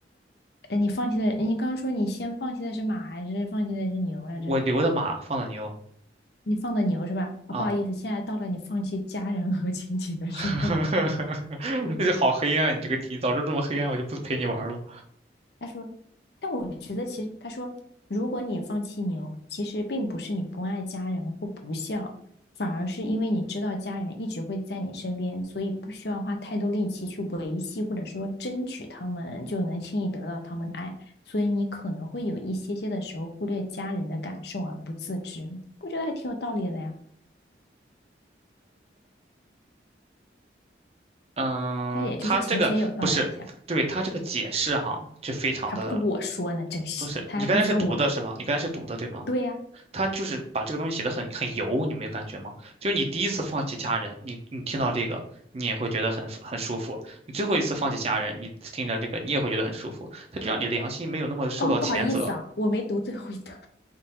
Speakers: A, on the left; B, on the right.
A: 哎，你放弃的，你刚刚说你先放弃的是马还是放弃的是牛来着？
B: 我留的马，放的牛
A: 你放的牛是吧？啊，
B: 啊。
A: 不好意思，现在到了你放弃家人和亲情的时候。
B: <laughs> <laughs> 这就好黑暗，你这个题，早知道这么黑暗，我就不陪你玩了。
A: 他说，但我觉得其实他说，如果你放弃牛，其实并不是你不爱家人或不孝，反而是因为你知道家人一直会在你身边，所以不需要花太多力气去维系或者说争取他们，就能轻易得到他们的爱，所以你可能会有一些些的时候忽略家人的感受而不自知，我觉得还挺有道理的呀。
B: 嗯，
A: 但也就是浅浅有道理一下，
B: 他这个不是，对，他这个解释哈，就非常的
A: 还不如我说呢，真是，
B: 不是。
A: 他还不如让我来。
B: 你刚才是读的是吗？你刚才是读的对吗？
A: 对呀，
B: 他就是把这个东西写的很很油，你没有感觉吗？就是你第一次放弃家人，你你听到这个，你也会觉得很很舒服；你最后一次放弃家人，你听着这个，你也会觉得很舒服。他就让你良心没有那么受到谴责。
A: 哦，不好意思啊，我没读最后一段。